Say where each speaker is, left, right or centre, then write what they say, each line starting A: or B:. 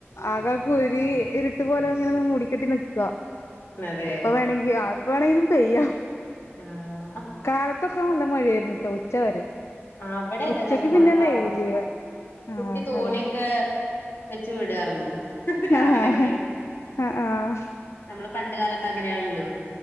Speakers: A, on the left; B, on the left.
A: ആകെ കൂരി ഇരിട്ട് പോലെ ഇങ്ങനെ മൂടിക്കെട്ടി നിൽക്കുവ.
B: അതെ
A: അപ്പ വേണെങ്കി ആ എപ്പവേണങ്കിലും പെയ്യാം.
B: ആഹ്
A: കാലത്തൊക്ക നല്ല മഴയാരുന്നു എന്നിട്ട് ഉച്ച വരെ
B: ആ അവിടെ
A: ഉച്ചക്ക്
B: അതെ നല്ല മഴണ്ടായിരുന്നു
A: പിന്നെ വെയില് ആഹ്
B: കുട്ടി തോണിയൊക്കെ-
A: അതെ
B: വെച്ചു വിടാർന്നു രാവിലൊക്കെ
A: ആഹ് ആഹ്
B: നമ്മള് പണ്ട കാലത്ത് അങ്ങനെയാണല്ലോ